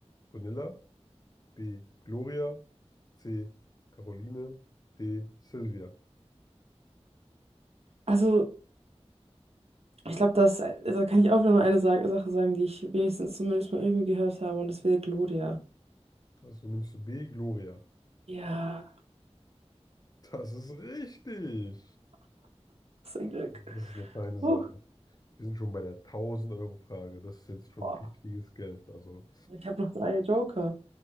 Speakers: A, on the left; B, on the right.
A: Gonilla. B. Gloria. C. Caroline. D. Silvia.
B: Also, ich glaube, das, da kann ich auch wieder nur eine Sa- Sache sagen, die ich wenigstens zumindest mal irgendwie gehört habe, und das wäre Gloria.
A: Also nimmst du B, Gloria.
B: Ja,
A: Das ist richtig.
B: was ein Glück.
A: Das ist eine feine
B: Huch,
A: Sache. Wir sind schon bei der 1000-Euro-Frage. Das ist jetzt schon
B: boah,
A: richtiges Geld. Also
B: ich habe noch drei Joker.